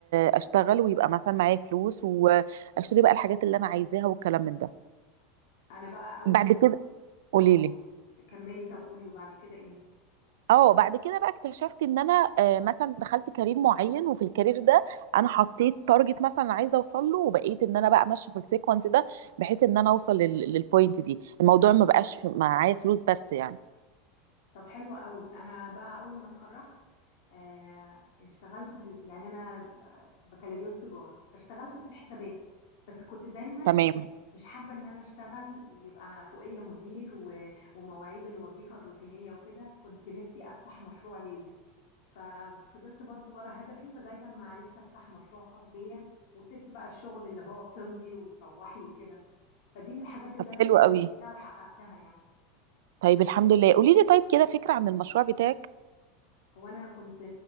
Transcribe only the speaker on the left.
انا بقى اول
ما اتخرجت
اه
كملي طب قولي وبعد كده ايه
طب حلوة قوي انا بقى اول ما اتخرجت آه اشتغلت في ال... يعني انا بكالوريوس تجارة فاشتغلت في الحسابات بس كنت دايما
مش حابة ان انا اشتغل ويبقى فوقية مدير و... ومواعيد الوظيفة الروتينية وكده كنت نفسي افتح مشروع ليا ففضلت برضو ورا هدفي لغاية اما عرفت افتح مشروع خاص بيا وسبت بقى الشغل اللي هو بتمضي وتروحي وكده فدي من الحاجات اللي
انا
كان نفسي
فيها وحققتها يعني
هو انا كنت